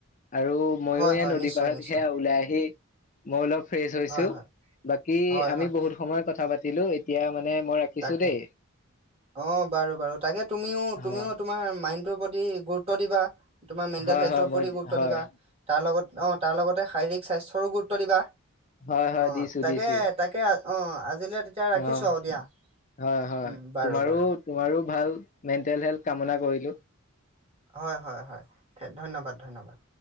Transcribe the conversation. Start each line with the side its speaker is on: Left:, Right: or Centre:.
Left: আৰু ময়ো
Right: হয় হয়
Left: এ নদী
Right: নিশ্চয়
Left: পাৰত
Right: নিশ্চয়
Left: সেয়া ওলাই আহি মৌলক ফ্ৰেছ হৈছো
Right: হয় হয়
Left: বাকী
Right: হয়
Left: আমি
Right: হয়
Left: বহুত সময় কথা পাতি লো এতিয়া মানে মই ৰাখিছো
Right: তাকে
Left: দেই
Right: অ বাৰু বাৰু তাকে তুমিও তুমিও
Left: হয়
Right: তোমাৰ মাইণ্ডটোৰ প্ৰতি গুৰুত্ব দিবা তোমাৰ মেণ্টেল
Left: হয়
Right: হেলথৰ
Left: হয় মই
Right: প্ৰতি গুৰুত্ব
Left: হয়
Right: দিবা তাৰ লগত অ', তাৰ লগতে শাৰীক স্বাস্থ্যৰো গুৰুত্ব ত দিবা
Left: হয়, হয়,
Right: অ
Left: দিছো
Right: তাকে
Left: দিছো।।
Right: তাকে অ আজিলে তেতিয়া ৰাখিছোঁ
Left: অ
Right: আৰু দিয়া।
Left: হয়, হয়,
Right: উম বাৰু
Left: তোমাৰো,
Right: বাৰু
Left: তোমাৰো ভাল মেণ্টেল হেলথ কামনা কৰিলো।
Right: হয়, হয়, হয়, ধন্যবাদ ধন্যবাদ।